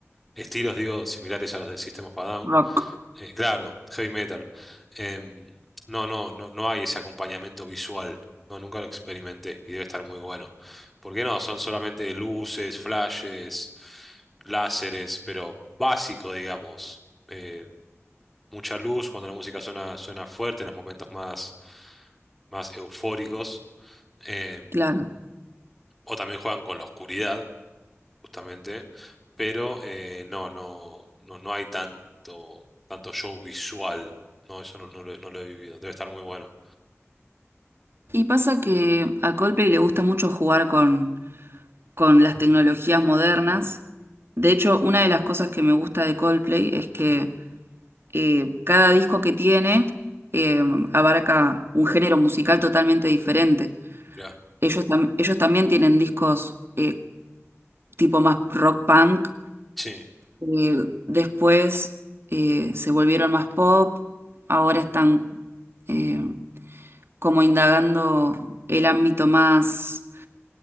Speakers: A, in the centre; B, on the right.
A: estilos, digo, similares a los de System of a Down.
B: Rock.
A: Eh, claro, heavy metal. Em, no, no, no, no hay ese acompañamiento visual. No, nunca lo experimenté y debe estar muy bueno. ¿Por qué no? Son solamente luces, flashes, láseres, pero básico, digamos. Eh, mucha luz cuando la música suena, suena fuerte en los momentos más, más eufóricos. Eh,
B: Claro.
A: o también juegan con la oscuridad justamente, pero eh, no, no, no, no hay tanto, tanto show visual. No, eso no, no lo, he no lo he vivido. Debe estar muy bueno.
B: Y pasa que a Coldplay le gusta mucho jugar con, con las tecnologías modernas. De hecho, una de las cosas que me gusta de Coldplay es que eh, cada disco que tiene eh, abarca un género musical totalmente diferente.
A: Mirá.
B: Ellos, tam- ellos también tienen discos eh, tipo más rock punk.
A: Sí,
B: eh, después eh, se volvieron más pop. Ahora están eh, como indagando el ámbito más